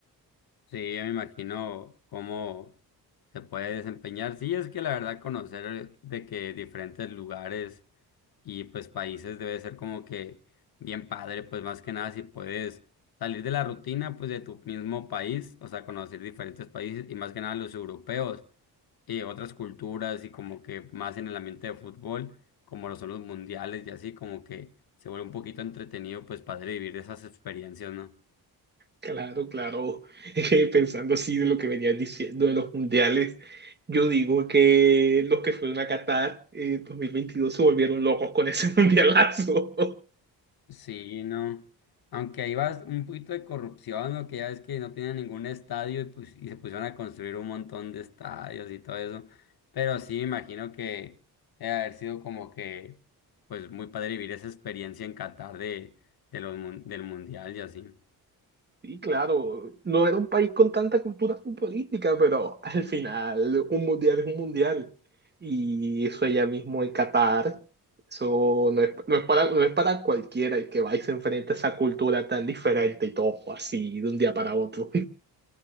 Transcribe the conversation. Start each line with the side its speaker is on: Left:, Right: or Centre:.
Left: sí, ya me imagino cómo se puede desempeñar. Sí, es que la verdad conocer de que diferentes lugares y pues países debe ser como que bien padre, pues más que nada si puedes salir de la rutina pues de tu mismo país, o sea, conocer diferentes países y más que nada los europeos. y otras culturas y como que más en el ambiente de fútbol, como lo son los mundiales y así, como que se vuelve un poquito entretenido pues para vivir esas experiencias, ¿no?
Right: Claro, claro. <laughs> Pensando así de lo que venías diciendo de los mundiales, yo digo que los que fueron a Qatar en 2022 se volvieron locos con ese <laughs> mundialazo.
Left: Sí, no. Aunque ahí va un poquito de corrupción, lo que ya es que no tenían ningún estadio y, pues, y se pusieron a construir un montón de estadios y todo eso. Pero sí, me imagino que debe haber sido como que, pues muy padre vivir esa experiencia en Qatar de, de los, mun- del mundial y así.
Right: Sí, claro, no era un país con tanta cultura futbolística, pero al final un mundial es un mundial. Y eso allá mismo en Qatar, eso no es, no es para, no es para cualquiera el que va y se enfrenta a esa cultura tan diferente y todo así de un día para otro.